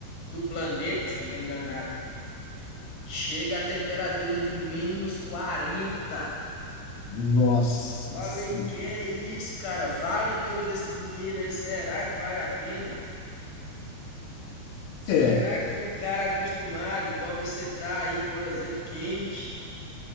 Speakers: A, on the left; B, on the left.
A: do planeta, se eu não estou enganado. Chega a temperaturas de menos 40.
B: Nossa,
A: Falei,
B: sim.
A: que é isso, cara? Vale todo esse dinheiro aí? Será que vale a pena? Será
B: É,
A: que o cara acostumado, igual você tá aí, por exemplo, quente?